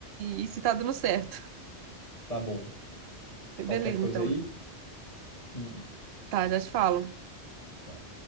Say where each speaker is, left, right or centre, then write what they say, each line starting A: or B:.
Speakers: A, on the right (about 65°); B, on the left (about 30°).
A: e, e se tá dando certo.
B: Tá bom.
A: <laughs>
B: Qualquer
A: Beleza,
B: coisa
A: então.
B: aí? Hum,
A: Tá, já te falo.
B: tá.